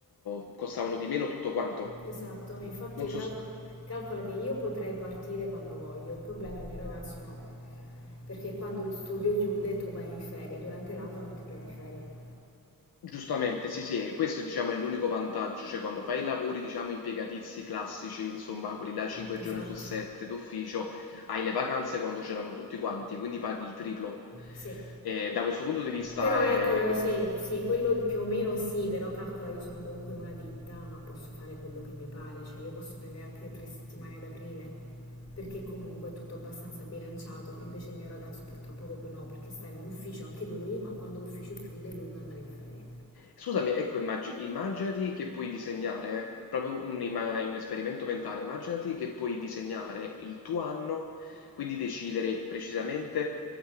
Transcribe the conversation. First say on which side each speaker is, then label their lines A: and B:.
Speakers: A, on the left; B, on the left.
A: uhm, costavano di meno tutto quanto.
B: Esatto, infatti
A: Non
B: calc-
A: so s
B: calcola che io potrei partire quando voglio, il problema è il mio ragazzo no, perché quando lo studio chiude tu vai in ferie, durante l'anno non ti prendi ferie.
A: giustamente, sì, sì, e questo diciamo è l'unico vantaggio, cioè quando fai i lavori diciamo impiegatizi classici, insomma quelli là 5
B: Esatto,
A: giorni su 7 d'ufficio, hai le vacanze quando ce l'hanno tutti quanti, quindi paghi il triplo.
B: sì.
A: E da questo punto di vista
B: Però ecco,
A: è que
B: eh, sì, sì, quello più o meno sì, però calcola io sono comunque in una ditta, ma posso fare quello che mi pare, cioè io posso prendere anche tre settimane ad aprile, perché comunque è tutto abbastanza bilanciato, invece il mio ragazzo purtroppo proprio no, perché sta in un ufficio anche lui, ma quando l'ufficio chiude lui può andare in ferie,
A: Scusami, ecco, immagi- immaginati che puoi disegnare, eh, proprio un, ima- un esperimento mentale, immaginati che puoi disegnare il tuo anno, quindi decidere precisamente